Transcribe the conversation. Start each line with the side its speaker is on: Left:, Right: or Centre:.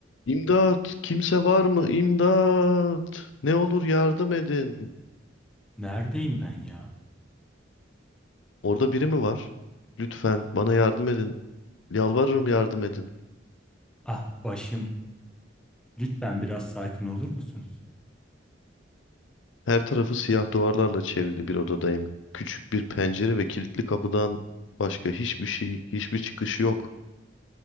Left: İmdat! Kimse var mı? İmdat! Ne olur yardım edin.
Centre: Neredeyim ben ya?
Left: Orada biri mi var? Lütfen bana yardım edin. Yalvarırım yardım edin.
Centre: Ah başım. Lütfen biraz sakin olur musunuz?
Left: Her tarafı siyah duvarlarla çevrili bir odadayım. Küçük bir pencere ve kilitli kapıdan başka hiçbir şey, hiçbir çıkış yok.